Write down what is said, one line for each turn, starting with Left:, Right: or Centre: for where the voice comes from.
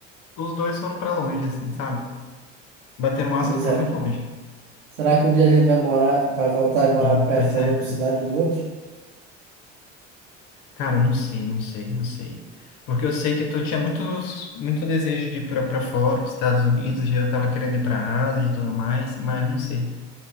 Left: os dois foram para longe, assim, sabe? Bateram asas
Right: Pois
Left: para
Right: é.
Left: muito longe.
Right: Será que um dia a gente vai morar, vai voltar e morar
Left: E,
Right: perto
Left: pois é,
Right: na mesma
Left: cara,
Right: cidade um do outro?
Left: Cara, não sei, não sei, não sei. Porque eu sei que tu tinha muitos, muito desejo de ir para fora, para os Estados Unidos, e eu tava querendo ir para a Ásia e tudo mais, mas não sei.